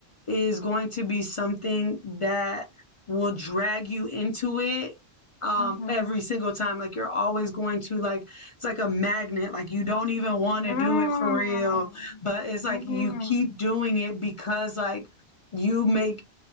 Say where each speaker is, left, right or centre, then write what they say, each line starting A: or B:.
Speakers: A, on the left; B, on the left.
A: is going to be something that will drag you into it um
B: hmm
A: every single time like you're always going to like it's like a magnet like you don't even want to
B: Mm.
A: do it for real but it's like
B: hmm
A: you keep doing it because like you make